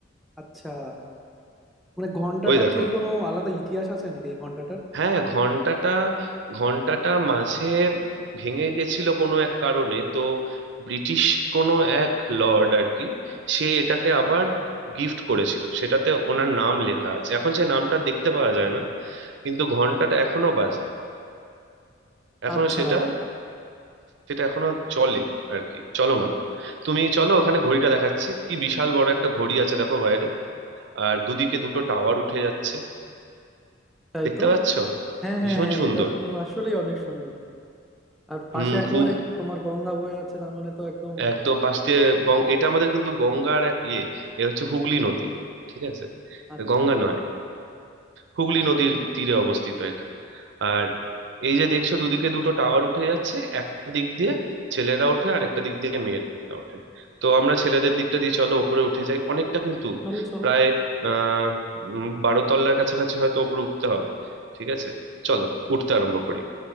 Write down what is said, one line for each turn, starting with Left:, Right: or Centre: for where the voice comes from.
Centre: আচ্ছা মানে ঘন্টাটার
Right: ওই দেখো
Centre: কি কোনো আলাদা ইতিহাস আছে নাকি এই ঘন্টাটার
Right: হ্যাঁ ঘন্টাটা ঘন্টাটা মাঝে ভেঙে গেছিল কোনো এক কারণে তো ব্রিটিশ কোনো এক লর্ড আর কি সে এটাকে আবার গিফট করেছিল সেটাতে ওনার নাম লেখা আছে এখন সে নামটা দেখতে পাওয়া যায় না কিন্তু ঘন্টাটা এখনো বাজে এখনো
Centre: আচ্ছা
Right: সেটা সেটা এখনো চলে আর কি চলমান তুমি চলো ওখানে ঘড়িটা দেখাচ্ছি কি বিশাল বড় একটা ঘড়ি আছে দেখো বাইরে আর দুদিকে দুটো টাওয়ার উঠে যাচ্ছে
Centre: তাই
Right: দেখতে
Centre: তো
Right: পাচ্ছ
Centre: হ্যাঁ
Right: ভীষণ
Centre: হ্যাঁ হ্যাঁ
Right: সুন্দর
Centre: এটা তো আসলেই অনেক সুন্দর আর পাশে
Right: হুম
Centre: একেবারে
Right: খুব
Centre: তোমার গঙ্গা বয়ে আছে তার মানে তো একদম
Right: একদম পাশ দিয়ে গং এটা আমাদের কিন্তু গঙ্গার এক ইয়ে এ হচ্ছে হুগলি নদী ঠিক আছে
Centre: আচ্ছা
Right: গঙ্গা নয় হুগলি নদীর তীরে অবস্থিত এটা আর এই যে দেখছো দুদিকে দুটো টাওয়ার উঠে যাচ্ছে একটা দিক দিয়ে ছেলেরা ওঠে আর একটা দিক দিয়ে মেয়েরা ওঠে তো আমরা ছেলেদের দিকটা দিয়ে চলো ওপরে উঠে যাই অনেকটা কিন্তু
Centre: চলো চলো
Right: প্রায় আহ উম, বারো তলার কাছাকাছি হয়তো ওপরে উঠতে হবে ঠিক আছে চলো উঠতে আরম্ভ করি